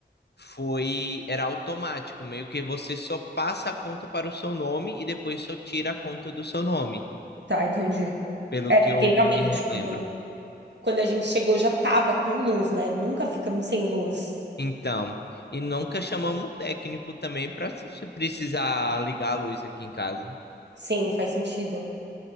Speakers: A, on the left; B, on the right.
A: foi. Era automático, meio que você só passa a conta para o seu nome e depois só tira a conta do seu nome,
B: Tá, entendi.
A: pelo
B: É,
A: que
B: porque
A: eu
B: realmente,
A: me
B: quando,
A: lembro.
B: quando a gente chegou já tava com luz, né? Nunca ficamos sem luz.
A: Então, e nunca chamamos um técnico também para se precisar ligar a luz aqui em casa.
B: Sim, faz sentido.